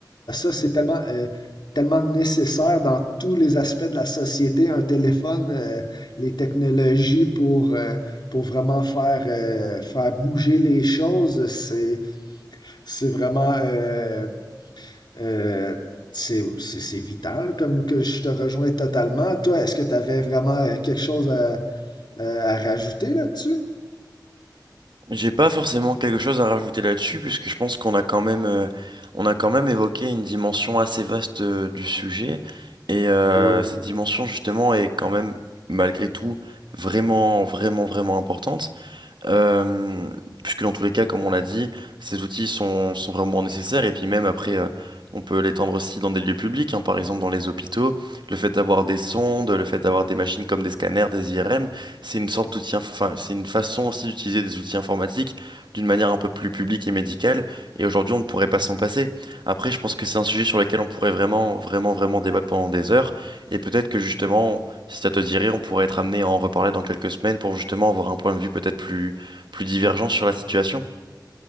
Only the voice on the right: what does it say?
J'ai pas forcément quelque chose à rajouter là-dessus, puisque je pense qu'on a quand même, euh, on a quand même évoqué une dimension assez vaste euh, du sujet, et euh,
cette dimension justement est quand même, malgré tout, vraiment, vraiment, vraiment importante. Euh, puisque dans tous les cas, comme on l'a dit, ces outils sont, sont vraiment nécessaires. Et puis même après, euh, on peut l'étendre aussi dans des lieux publics, hein, par exemple dans les hôpitaux. Le fait d'avoir des sondes, le fait d'avoir des machines comme des scanners, des IRM, c'est une sorte d'outil, inf- enfin, c'est une façon aussi d'utiliser des outils informatiques d'une manière un peu plus publique et médicale. Et aujourd'hui, on ne pourrait pas s'en passer. Après, je pense que c'est un sujet sur lequel on pourrait vraiment, vraiment, vraiment débattre pendant des heures. Et peut-être que justement, si ça te dirait, on pourrait être amené à en reparler dans quelques semaines pour justement avoir un point de vue peut-être plus plus divergents sur la situation.